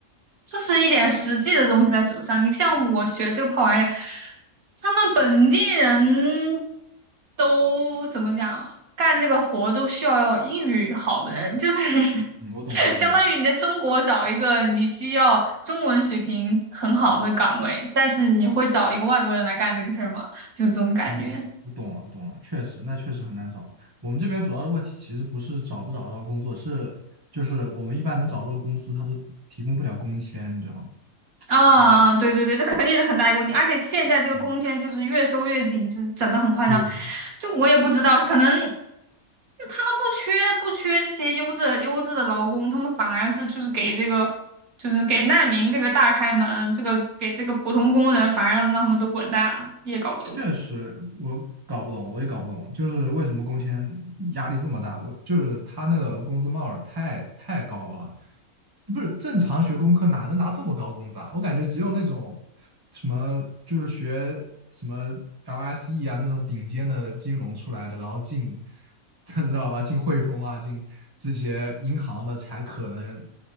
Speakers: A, on the right; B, on the right.
A: 就是一点实际的东西在手上。你像我学这个破玩意儿，他们本地人都怎么讲，干这个活都需要英语好的人，就是
B: 嗯我懂，
A: <laughs>
B: 我懂，
A: 相当于你在中国找一个你需要中文水平很好的岗位，
B: 我懂。
A: 但是你会找一个外国人来干这个事儿吗？就这种感觉。
B: 哦，我懂了，懂了，确实，那确实很难找了。我们这边主要的问题其实不是找不找得到工作，是就是我们一般能找到的公司，他都提供不了工签，你知道吗？
A: 啊，
B: 嗯
A: 对对对，这肯定是很大一个问题，而且现在这个工签就是越收越紧，
B: 嗯，
A: 就是整的很夸张。
B: 对，
A: 就我也不知道，可能就他们不缺不缺这些优质的优质的劳工，他们反而是就是给这个就是给难民这个大开门，这个给这个普通工人反而让让他们都滚蛋了，也搞不懂。
B: 确实我搞不懂，我也搞不懂，就是为什么工签压力这么大？我就是他那个工资帽儿太太高了，这不是正常学工科哪能拿这么高工资啊？我感觉只有那种什么就是学什么 LSE 啊那种顶尖的金融出来的，然后进 <laughs> 知道吧？进汇丰啊，进这些银行的才可能